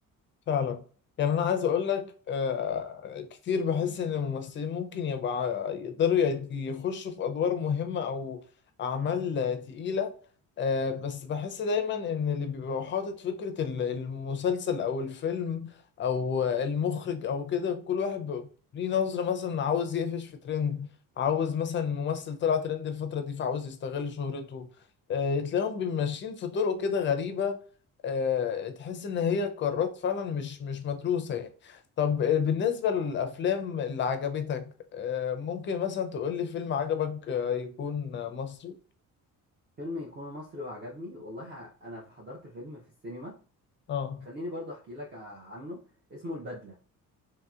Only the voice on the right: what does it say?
فيلم يكون مصري وعجبني والله ه- أنا حضرت فيلم في السينما
خليني برضو أحكي لك ع- عنه اسمه البدلة